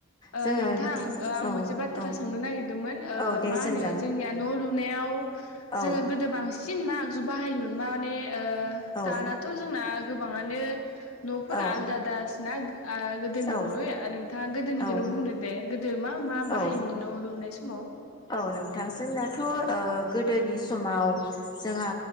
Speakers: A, on the left; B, on the left.
A: ओ
B: जोङो
A: नोंथां
B: बिदि
A: आं
B: औ
A: मोनसे बाथ्रा
B: औ
A: सोंनो नागिरदोंमोन ओ
B: औ दे
A: मा होनो
B: सोंजागोन
A: जोंनिया न लुनायाव
B: औ
A: जोङो गोदो बांसिन सिन मा आगजु बाहायोमोन माने? ओ
B: औ
A: दानाथ जोंना गोबाङानो नफोरा
B: औ
A: आलादा दासिना ओ गोदोनिख्रुइ
B: औ
A: नोंथाङा गोदोनि निखौनो
B: औ
A: बुंदो दे गोदो मा मा बाहायोमोन
B: औ
A: न लुनाय सम माव
B: औ नोंथांजों थ' गोदोनि समाव जोंहा